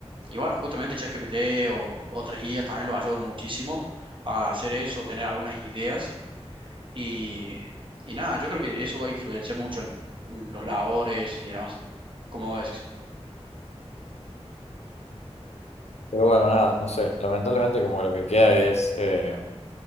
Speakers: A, on the right (about 50°); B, on the left (about 75°).
A: Y bueno, justamente ChatGPT o otras guías también lo ayudan muchísimo a hacer eso, tener algunas ideas. Y, y nada, yo creo que eso va a influenciar mucho en, en los labores y demás, como vos decís.
B: Pero bueno, nada, no sé. Lamentablemente como lo que queda es, eh,